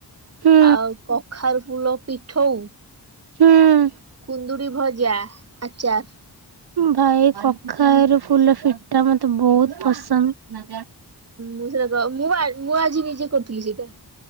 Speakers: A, on the right (about 65°); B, on the right (about 35°).
A: ହୁଁ
B: ଆଉ କଖାର ଫୁଲ ପିଠଉ।
A: ହୁଁ
B: କୁନ୍ଦୁୁରୀ ଭଜା, ଆଚର।
A: ଭାଇ କଖାର ଫୁଲ ଫିଟା ମତେ ବହୁତ ପସନ୍ଦ।
B: ମୁଁ ସେଇଟା ମୁଁ ମୁଁ ଆଜି ନିଜେ କରୁଥିଲି ସେଇଟା।